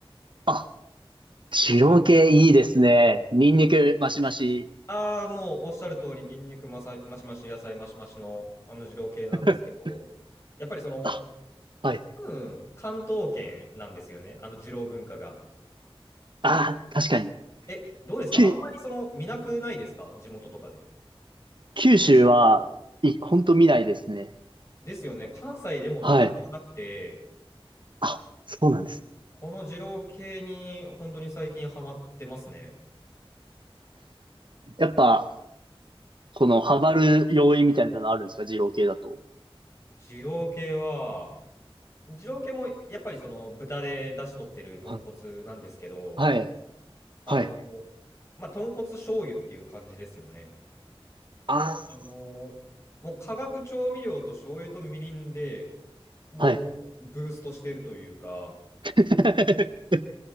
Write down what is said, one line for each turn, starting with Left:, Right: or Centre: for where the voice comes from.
Right: あ、二系いいですね。ニンニクマシマシ。
Left: ああ、もうおっしゃる通り、ニンニクまさ、マシマシ、野菜マシマシのあの二郎系なんですけど、
Right: <laughs>
Left: やっぱりその、
Right: あ、はい。
Left: 多分、関東圏なんですよね、あの二郎文化が。
Right: あー、確かに。
Left: え、どうですかあんまりその見なくないですか地元とかで。
Right: 九、九州は、い、ほんと見ないですね。
Left: ですよね、関西でもなかなかなくて、
Right: はい。あ、そうなんです。
Left: この二郎系に本当に最近ハマってますね。
Right: やっぱ、この、ハマる要因みたいなのあるんですか二郎系だと。
Left: 二郎系は、二郎系もやっぱりその豚で出汁取ってる豚骨なんですけど、
Right: は、はい。
Left: あの、
Right: はい。
Left: まあ、豚骨醤油っていう感じですよね。
Right: あ
Left: あのーもう化学調味料と醤油とみりんでもうブーストしてるというか、
Right: はい。<laughs>